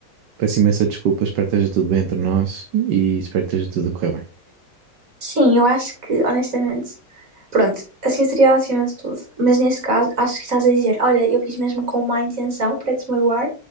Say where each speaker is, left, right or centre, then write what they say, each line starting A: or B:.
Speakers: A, on the right; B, on the right.
A: Peço imensa desculpa, espero que esteja tudo bem entre nós e espero que esteja tudo a correr bem.
B: Sim, eu acho que, honestamente, Pronto, assim seria acima de tudo. Mas nesse caso, acho que estás a dizer: olha, eu fiz mesmo com má intenção para desmoiar,